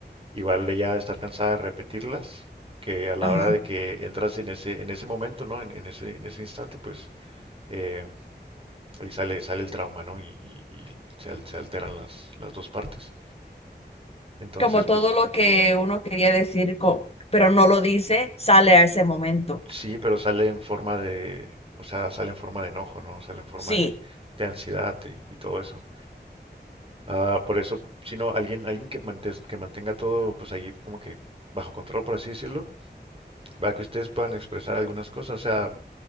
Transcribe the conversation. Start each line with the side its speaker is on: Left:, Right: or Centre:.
Right: igual ella de estar cansada de repetirlas, que a la
Left: ajá.
Right: hora de que entras en ese, en ese momento, ¿no? En, en ese, en ese instante, pues eh, ahí sale, sale el trauma, ¿no? Y, y- y se, al- se alteran las, las dos partes. Entonces,
Left: Como
Right: pues
Left: todo lo que uno quería decir, co- pero no lo dice, sale a ese momento.
Right: sí, pero sale en forma de, o sea, sale en forma de enojo, ¿no? Sale en forma
Left: Sí,
Right: de, de ansiedad y, y todo eso. Ah, por eso, si no, alguien, alguien que mantes- que mantenga todo, pues ahí como que bajo control, por así decirlo, para que ustedes puedan expresar algunas cosas. O sea,